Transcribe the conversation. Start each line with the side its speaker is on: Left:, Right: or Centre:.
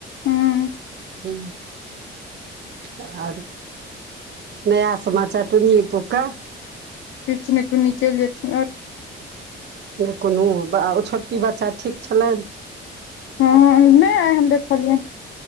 Left: हूं
Right: ह आओर नया समाचार टुन्नी एतौका
Left: किछने टुन्नी चलि जेथिन आओर
Right: नहि कोनो ओ छोटकी बच्चा ठीक छलैन
Left: हँ नहि आय हम देखलियै